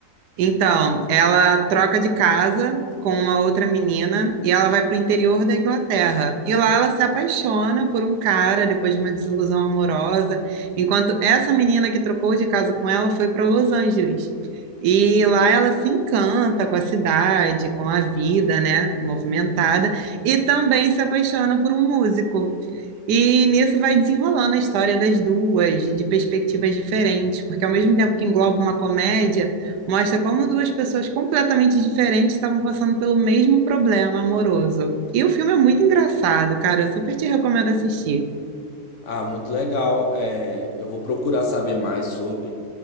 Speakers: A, on the right (about 80°); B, on the left (about 60°).
A: Então, ela troca de casa com uma outra menina e ela vai para o interior da Inglaterra. E lá ela se apaixona por um cara depois de uma desilusão amorosa, enquanto essa menina que trocou de casa com ela foi para Los Angeles. E lá ela se encanta com a cidade, com a vida, né, movimentada, e também se apaixona por um músico. E nisso vai desenrolando a história das duas, de perspectivas diferentes, porque ao mesmo tempo que engloba uma comédia, Mostra como duas pessoas completamente diferentes estavam passando pelo mesmo problema amoroso. E o filme é muito engraçado, cara. Eu super te recomendo assistir.
B: Ah, muito legal. É, eu vou procurar saber mais sobre.